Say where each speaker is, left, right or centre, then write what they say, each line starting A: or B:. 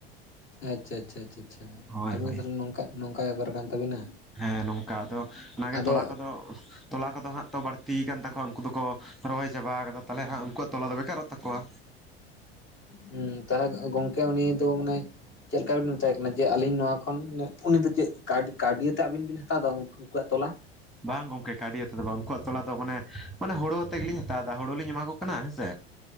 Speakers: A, on the left; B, in the centre.
A: ᱟᱪᱪᱷᱟ ᱟᱪᱪᱷᱟ ᱟᱪᱷᱟ ᱪᱷᱟ
B: ᱦᱳᱭ
A: ᱟᱵᱤᱱ
B: ᱦᱳᱭ
A: ᱫᱟ ᱭᱟᱦᱞᱮ ᱱᱟᱜᱠᱟ ᱱᱚᱝᱠᱟᱭ ᱵᱮᱯᱟᱨ ᱠᱟᱱ ᱛᱟᱹᱵᱤᱱᱟ᱾
B: ᱦᱮᱸ ᱱᱚᱝᱠᱟ ᱟᱫᱚ ᱚᱱᱟᱜᱮ
A: ᱟᱫᱚ
B: ᱛᱚᱞᱟ ᱠᱚᱫᱚ ᱛᱚᱞᱟ ᱠᱚᱫᱚ ᱦᱟᱸᱜ ᱛᱚ ᱵᱟᱹᱲᱛᱤᱭ ᱠᱟᱱᱟ ᱛᱟᱠᱚᱣᱟ ᱩᱱᱠᱩ ᱫᱚᱠᱚ ᱨᱚᱦᱚᱭ ᱪᱟᱵᱟ ᱟᱠᱟᱫᱟ ᱛᱟᱦᱚᱞᱮ ᱦᱟᱸᱜ ᱩᱱᱠᱩᱣᱟᱜ ᱛᱚᱞᱟ ᱫᱚ ᱵᱮᱠᱟᱨᱚᱜ ᱛᱟᱠᱚᱣᱟ᱾
A: ᱦᱩᱸ᱾ ᱛᱟᱞᱦᱮ ᱜᱚᱝᱠᱮ ᱩᱱᱤ ᱫᱚ ᱢᱟᱱᱮ ᱪᱮᱫᱞᱮᱠᱟ ᱵᱤᱱ ᱢᱮᱛᱟᱭ ᱠᱟᱱᱟ ᱡᱮ ᱟᱞᱤᱧ ᱱᱚᱣᱟ ᱠᱷᱚᱱ ᱱᱤᱱᱟᱹᱜ ᱩᱱ ᱫᱚ ᱪᱮᱫ ᱠᱟᱹᱣᱰᱤ ᱠᱟᱹᱣᱰᱤ ᱟᱛᱮᱜ ᱟᱹᱵᱤᱱ ᱵᱤᱱ ᱦᱟᱛᱟᱣᱫᱟ ᱩᱱᱠᱩᱣᱟᱜ ᱛᱚᱞᱟ?
B: ᱵᱟᱝ ᱜᱚᱝᱠᱮ ᱠᱟᱹ ᱰᱤ ᱟᱛᱮᱫ ᱫᱚ ᱵᱟᱝ᱾ ᱩᱱᱠᱩᱣᱟᱜ ᱛᱚᱞᱟ ᱫᱚ ᱢᱟᱱᱮ ᱢᱟᱱᱮ ᱦᱟᱲᱩ ᱟᱛᱮ ᱜᱮᱞᱤᱧ ᱦᱟᱛᱟᱣᱫᱟ᱾ ᱦᱩᱲᱩ ᱞᱤᱧ ᱮᱢᱟ ᱠᱚ ᱠᱟᱱᱟ ᱦᱮᱸ ᱥᱮ? <inaudible>